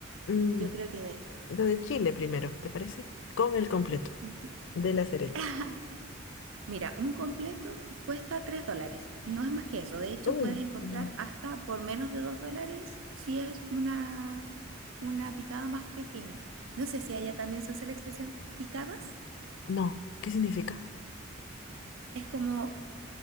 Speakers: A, on the left; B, on the right.
A: Mm,
B: Yo creo que de...
A: lo de Chile primero, ¿te parece? Con el completo.
B: Ujú.
A: De la Serena.
B: <laughs> Mira, un completo cuesta 3 dólares. No es más que eso. De hecho,
A: Uy,
B: puedes encontrar
A: genial.
B: hasta por menos de 2 dólares si es una, una picada más pequeña. No sé si allá también se usa la expresión picadas.
A: No, ¿qué significa?
B: Es como,